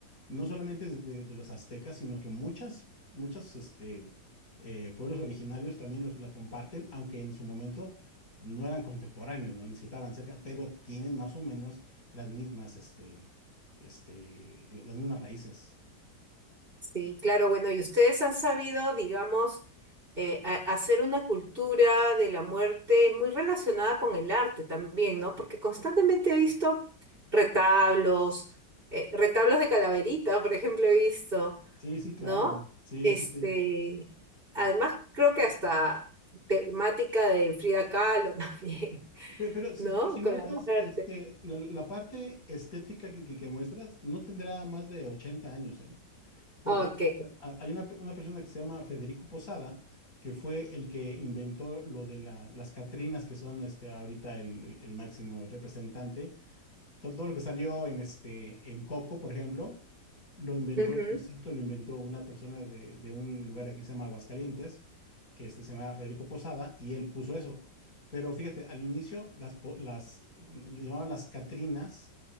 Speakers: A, on the left; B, on the right.
A: no solamente es de, de los aztecas, sino que muchas, muchas este, eh, pueblos originarios también los, la comparten, aunque en su momento no eran contemporáneos, ¿no? Ni siquiera estaban cerca, pero tienen más o menos las mismas, este, este, las mismas raíces.
B: Sí, claro, bueno, y ustedes han sabido, digamos, eh, a- hacer una cultura de la muerte muy relacionada con el arte también, ¿no? Porque constantemente he visto retablos, eh, retablos de calaverita, por ejemplo, he visto.
A: Sí, sí, claro.
B: ¿no?
A: Sí,
B: Este,
A: sí, sí.
B: además creo que hasta temática de Frida Kahlo <laughs> también,
A: Pe- Pero, si
B: ¿no?
A: pero si
B: Con
A: No, notas,
B: la muerte.
A: este, la, la parte estética que, que- que muestras no tendrá más de 80 años, ¿eh? Porque
B: Ok.
A: a- hay una, pe- una persona que se llama Federico Posada, que fue el que inventó lo de la- las Catrinas, que son este, ahorita el, el- el máximo representante, to- Todo, lo que salió en, este, en Coco, por ejemplo, lo inventó
B: Ujú,
A: el concepto, lo inventó una persona de, de un lugar aquí que se llama Aguascalientes, que este se llama Federico Posada, y él puso eso. Pero fíjate, al inicio las, po- las le llamaban las Catrinas,